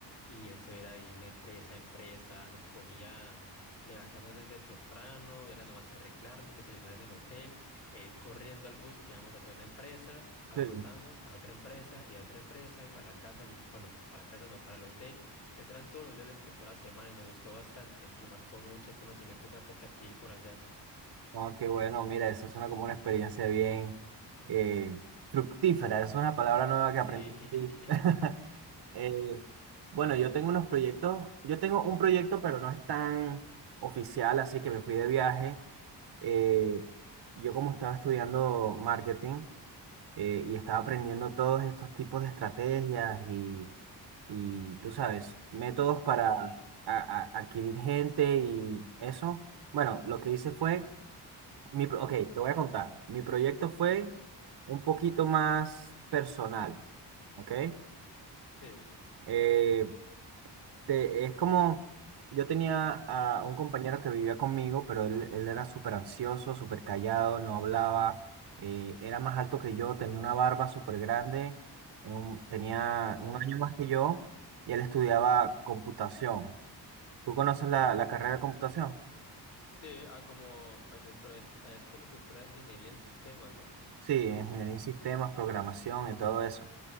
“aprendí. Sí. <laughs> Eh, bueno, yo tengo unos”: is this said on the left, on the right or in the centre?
Right